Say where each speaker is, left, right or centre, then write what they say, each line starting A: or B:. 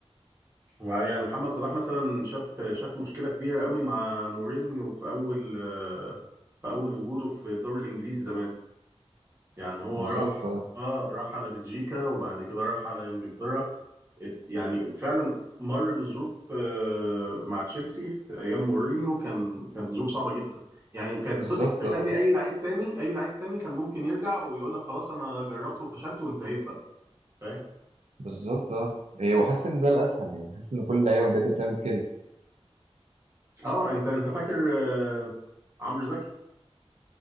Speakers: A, on the right; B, on the right.
A: ويعني محمد صلاح مثلا شاف شاف مشكلة كبيرة قوي مع مورينيو في أول في أول وجوده في الدوري الإنجليزي زمان يعني هو
B: بالظبط
A: راح
B: اه
A: اه راح على بلجيكا وبعد كده راح على إنجلترا ات- يعني فعلا مر بظروف آه، مع تشيلسي في أيام مورينيو كان كانت ظروف صعبة جدا يعني كانت
B: بالظبط
A: ت- تخلي
B: اه
A: أي لعيب تاني أي لعيب تاني كان ممكن يرجع ويقول لك خلاص أنا جربت وفشلت وانتهيت بقى فاهم
B: بالظبط اه إيه، وحاسس ان ده الاسهل يعني حاسس ان كل اللعيبه بجد بتعمل كده
A: اه انت انت فاكر آه، عمرو زكي